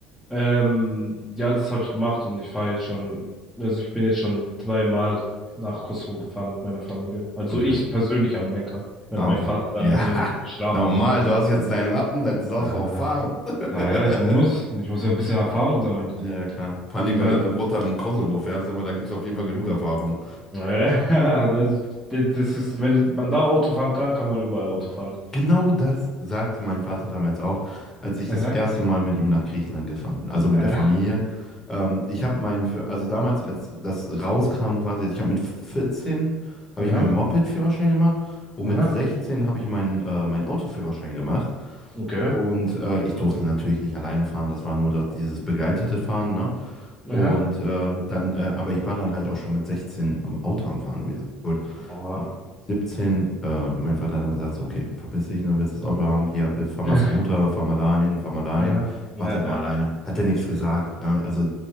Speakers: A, in the centre; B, on the left (about 15°).
A: Ähm, ja, das habe ich gemacht und ich fahre jetzt schon, also ich bin jetzt schon dreimal nach Kosovo gefahren mit meiner Familie. Also
B: Okay.
A: ich persönlich am Lenker, während
B: Ah,
A: mein
B: okay.
A: Vater dann
B: Ja,
A: irgendwie geschlafen
B: <laughs> normal,
A: hatte.
B: du hast jetzt deinen Lappen, da darfst
A: Ah,
B: du auch fahren.
A: naja,
B: <laughs>
A: ich muss. Ich muss ja ein bisschen Erfahrung sammeln.
B: Ja, klar. Vor allen
A: Und
B: Dingen,
A: vor
B: wenn
A: allem,
B: du dann runter in den Kosovo fährst, aber da gibt es auf jeden Fall genug Erfahrung.
A: naja, <laughs> das, das ist, wenn man da Auto fahren kann, kann man überall Auto fahren.
B: Genau das sagte mein Vater damals auch, als ich
A: Aha.
B: das erste Mal mit ihm nach Griechenland gefahren bin, also mit
A: Äh,
B: der Familie. Ähm, ich habe meinen, also damals, als das rauskam quasi, ich habe mit 14, habe
A: Aha,
B: ich meinen Moped-Führerschein gemacht und
A: aha,
B: mit 16 habe ich meinen äh, meinen Autoführerschein gemacht.
A: okay,
B: Und äh, ich durfte natürlich nicht alleine fahren, das war nur dort dieses begleitete Fahren, ne? Und
A: aha.
B: äh, dann, äh, aber ich war dann halt auch schon mit 16 am Auto am Fahren gewesen
A: Oha.
B: mit 17, äh, mein Vater hat dann gesagt, so, okay, verpiss dich, ne, willst das Auto haben? Hier, wir fahren
A: <laughs>
B: mal zur Mutter, fahren mal dahin, fahren mal dahin,
A: Aha. Ja,
B: mach das mal
A: ja,
B: alleine. Hat er nichts gesagt, ne? Also